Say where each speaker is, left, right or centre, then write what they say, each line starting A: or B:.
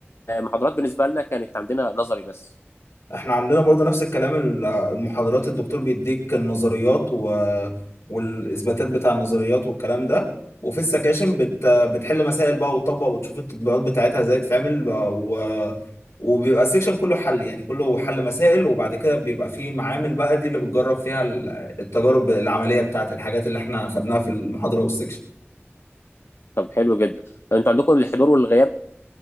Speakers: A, on the left (about 65°); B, on the left (about 80°).
A: المحاضرات بالنسبه لنا كانت عندنا نظري بس
B: احنا عندنا برضو نفس الكلام ال- المحاضرات الدكتور بيديك النظريات و... والاثباتات بتاع النظريات والكلام ده وفي السكاشن بت... بتحل مسائل بقى وتطبق وتشوف التطبيقات بتاعتها ازاي تتعمل و... وبيبقى السكشن كله حل يعني كله حل مسائل وبعد كده بيبقى فيه معامل بقى دي اللي بتجرب فيها ال- التجارب العملية بتاعت الحاجات اللي احنا خدناها في المحاضرة والسكشن
A: طب حلو جدا طب انتوا عندكم الحضور والغياب